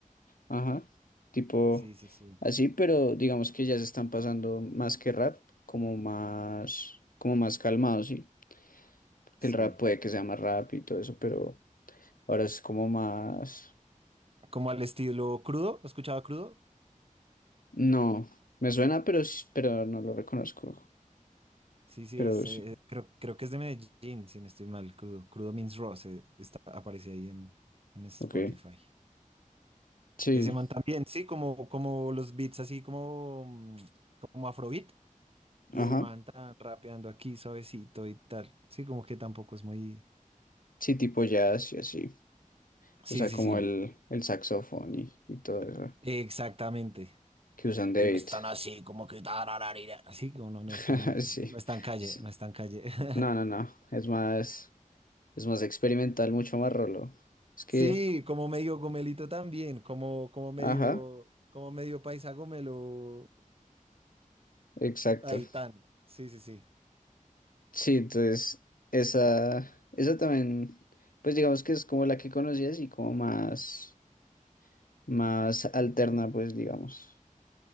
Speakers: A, on the left (about 85°); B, on the right (about 45°).
A: ajá, tipo
B: Sí, sí, sí,
A: así, pero digamos que ya se están pasando más que rap, como más, como más calmado, sí, porque
B: sí.
A: el rap puede que sea más rap y todo eso, pero ahora es como más,
B: Como al estilo crudo, ¿Has escuchado crudo?
A: no, me suena, pero, s-
B: Es-
A: pero no lo reconozco,
B: Sí, sí,
A: pero
B: es,
A: sí,
B: eh, eh, creo, creo que es de Medellín, si no estoy mal, crudo. Crudo Means Raw se- está, aparece ahí en, en Spotify.
A: ok, sí,
B: Ese man también, sí, como, como los beats así como, mm, como afrobeat.
A: ajá,
B: Y el man tan rapeando aquí suavecito y tal. Sí, como que tampoco es muy.
A: sí, tipo jazz y así.
B: Sí,
A: O sea,
B: sí,
A: como
B: sí.
A: el, el saxofón y, y todo eso
B: Exactamente.
A: que usan de
B: Y
A: beat.
B: no es tan así, como que tarararira. Así como no, no
A: <laughs>
B: es tan,
A: Sí,
B: no es tan calle,
A: sí.
B: no es tan calle. <laughs>
A: No, no, no. Es más, es más experimental, mucho más rolo. Es que,
B: Sí, como medio gomelito también, como, como medio,
A: ajá,
B: como medio paisa gomelo.
A: exacto.
B: Ahí tan. Sí, sí, sí.
A: Sí, entonces, esa, esa también, pues digamos que es como la que conocías y como más, más alterna, pues digamos,